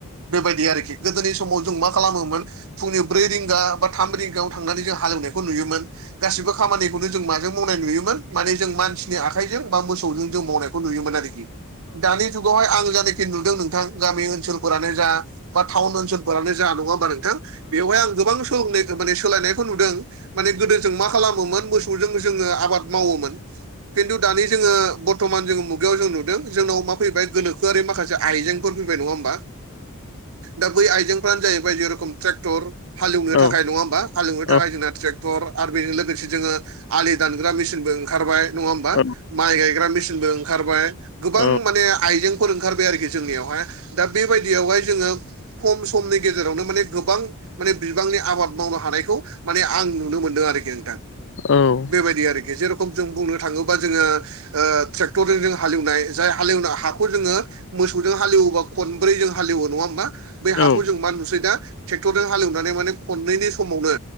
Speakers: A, on the right (about 65°); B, on the left (about 55°).
A: बेबायदि आरोखि गोदोनि समाव जों मा खालामोमोन फुंनि ब्रै रिंगा बा थाम रिंगायाव थांनानै जों हालेवनायखौ नुयोमोन गासिबो खामानि नो जों माजों मावनाय नुयोमोन माने जों मानसिनि आखाइजों बा मोसौजों जों मावनायखौ नुयोमोन आरोखि दानि जुगावहाय आं जायनाखि नुदों नोंथां गामि ओनसोलफोरानो जा बा टाउन ओनसोलफोरानो जों नङा होमबा नोंथां बेवहाय गोबां सोलंनाय माने सोलायनायखौ नुदों माने गोदो जों मा खालाम मोसौ जोङो आबाद मायोमोन खिन्थु दानि जोङो बर्थमान जोङो मु जों नुदों जोंनाव मा फैबाय गोनोआरि माखासे आजेंफोर फैबाय नङा होम बा दा बै आइजेंफ्रानो जाहैबाय जेरखम ट्रेक्टर हालेवनो
B: औ
A: थाखाय नङा होमा हालेवनो
B: औ
A: थाखाय जोंना ट्रेक्टर आरो बेजों लोगोसे जोङो आलि दानग्रा मेसिनबो ओंखारबाय नङा होमबा
B: औ
A: माइ गायग्रा मेसिनबो ओंखारबाय गोबां
B: औ
A: माने आइजें फोर ओंखारबाय आरोखि जोंनियावहाय दा बेबायदियावहाय जोङो खम समनि गेजेरावनो माने गोबां माने बिबांनि आबाद मावनो हानायखौ माने आं नुनो मोन दों आरोखि नोंथां
B: औ
A: बेबायदि आरोखि जेरखम जों बुंनो थाङोबा जोङो ओ ट्रेक्टरजों जों हालेवनाय जाय हालेवना हाखौ जोङो मोसौजों हालेवोबा खनब्रै जों हालेवो नङा होमबा बै हाखौ
B: औ
A: जों मा नुसै दा ट्रेक्टरजों हालेवनानै माने खननैनि समावनो